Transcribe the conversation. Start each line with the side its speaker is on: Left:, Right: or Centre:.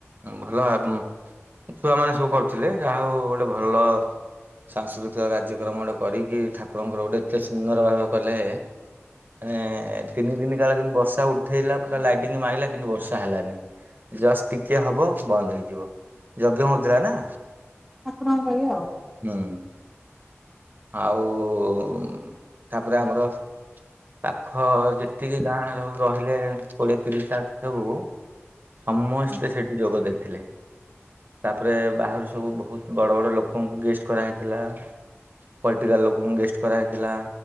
Right: ଭଲ ଆମ୍ ହେ ଛୁଆମାନେ ସବୁ କରୁଥୁଲେ ଯାହା ହଉ ଗୋଟେ ଭଲ ସାଂସ୍କୃତିକ କାର୍ଯ୍ୟକ୍ରମ ଗୋଟେ କରିକି ଠାକୁରଙ୍କର ଗୋଟେ ଏତେ ସୁନ୍ଦର ଭାବେ କଲେ। ଏଁ ତିନି ଦିନ କାଳ କିନ୍ତୁ ବର୍ଷା ଉଠେଇଲା ପୁରା ଲାଇଟିଙ୍ଗ ମାଇଲା କିନ୍ତୁ ବର୍ଷା ହେଲାନି। ଜଷ୍ଟ ଟିକିଏ ହବ ବନ୍ଦ ହେଇଯିବ। ଯଜ୍ଞ ହଉଥିଲା ନା।
Centre: ଠାକୁରଙ୍କ ଇଏ ଆଉ।
Right: ହୁଁ ଆଉମ ତାପରେ ଆମର। ପାଖ ଯେତିକି ଗାଁ ର ରହିଲେ କୋଡିଏ, ତିରିଶ ଟା ସବୁ। ସମସ୍ତେ
Centre: ହଁ
Right: ସେଠି ଯୋଗ ଦେଇଥିଲେ। ତାପରେ ବାହାରୁ ସବୁ ବହୁତ ବଡ ବଡ ଲୋ କଙ୍କୁ ଗେଷ୍ଟ କରାହେଇଥିଲା। ପଲ୍ଟିକାଲ ଲୋକଙ୍କୁ ଗେଷ୍ଟ କରାହେଇଥିଲା।